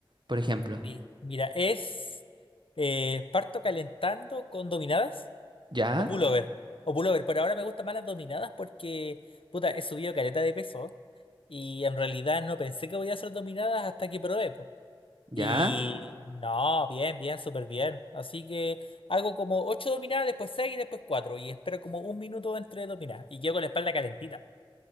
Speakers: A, on the right (about 60°); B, on the left (about 80°).
A: por ejemplo?
B: mi- Mira, es eh, parto calentando con dominadas
A: ¿Ya?
B: o pullover. O pullover, pero ahora me gustan más las dominadas porque, puta, he subido caleta de peso y en realidad no pensé que voy a hacer dominadas hasta que probé. po.
A: ¿Ya?
B: Y no, bien, bien, súper bien. Así que hago como ocho dominadas, después seis y después cuatro Y espero como un minuto entre dominadas. Y llego con la espalda calentita.